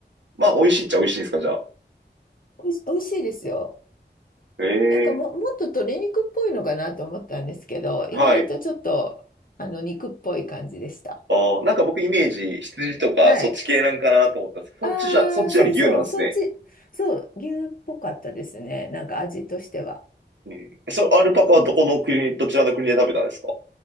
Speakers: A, on the right; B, on the left.
A: まあ、美味しいっちゃ美味しいんですか、じゃあ。
B: おいし、美味しいですよ。
A: ええ、
B: なんかも、もっと鶏肉っぽいのかなと思ったんですけど、
A: はい。
B: 意外とちょっと、あの、肉っぽい感じでした。
A: ああ、なんか僕イメージ、羊とかそっち系なんかなと思ったんですけど、
B: はい。ああ、
A: そっちじゃ、そっちより牛なんですね。
B: そうそう、そっち、そう、牛っぽかったですね。なんか味としては。
A: ええ、そのアルパカはどこの国、どちらの国で食べたんですか